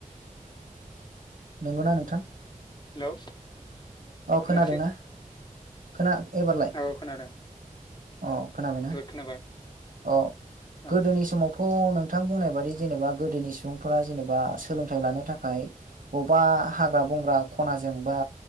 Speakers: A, on the right; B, on the left.
A: नंगौना नोंथां?
B: हेलौ।
A: औ खोनादों
B: खोनायासै
A: ना? खोना। एबारलाय
B: औ खोनादों
A: अ खोनाबायना?
B: एबार खोनाबाय
A: अ
B: औ
A: गोदोनि समावथ' नों। थां बुंनाय बादि जेनेबा गोदोनि सुबुंफोरा जेनेबा सोलोंथाइ लानो थाखाय अबेबा हाग्रा बंग्रा खनाजों बा।